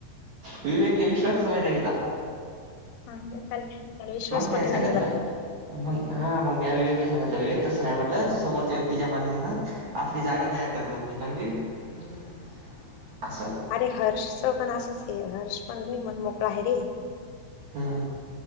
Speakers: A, on the right; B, on the left.
A: विवेकले विश्वासच होईना गेला.
B: हा मग काय त्याला विश्वास
A: काय
B: पटेना
A: सांगतलं?
B: गेला ते
A: मग हा. मग म्या विवेकला सांगितलं, विवेक तसं नाही म्हटलं समोरच्या व्यक्तीच्या मना आपली जागा तयार कराला लागते. कारण की <inaudible> असं
B: अरे हर्षच पण असंच ये. हर्ष पण लयं मण मोकळा आहे रे.
A: हा.